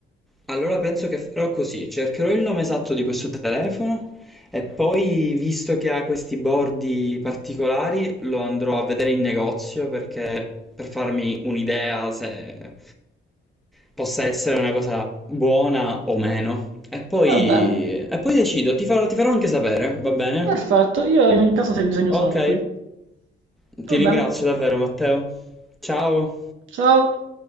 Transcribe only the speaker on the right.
Va bene,
perfetto, io in ogni caso se hai bisogno
sono qui.
Va
bene,
ciao.